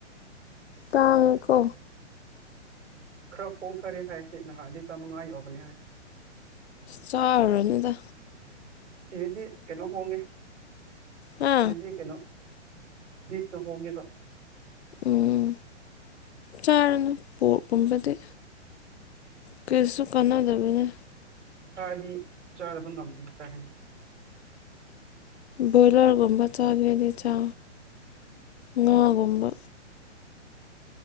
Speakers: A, on the left; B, on the right.
A: ꯇꯥꯡꯀꯣ
B: ꯈꯔ ꯍꯣꯡꯊꯔꯦ ꯍꯥꯏꯁꯤꯦ ꯅꯍꯥꯟꯗꯤ ꯆꯥꯝꯃꯉꯥ ꯌꯎꯕꯅꯦ ꯍꯥꯏ
A: ꯆꯥꯔꯅꯗ
B: ꯁꯤꯗꯗꯤ ꯀꯩꯅꯣ ꯍꯣꯡꯉꯦ
A: ꯍꯥ
B: ꯁꯤꯗꯗꯤ ꯀꯩꯅꯣ ꯠ ꯍꯣꯡꯉꯦꯕ
A: ꯎꯝ ꯆꯥꯔꯅ ꯄꯣꯠꯀꯨꯝꯕꯗꯤ ꯀꯩꯁꯨ ꯀꯥꯟꯅꯗꯕꯅꯤ
B: ꯁꯗꯤ ꯆꯥꯗꯕ ꯉꯝꯗ ꯆ
A: ꯕꯣꯏꯂꯔꯒꯨꯝꯕ ꯆꯥꯒꯦꯗꯤ ꯆꯥ ꯉꯥꯒꯨꯝꯕ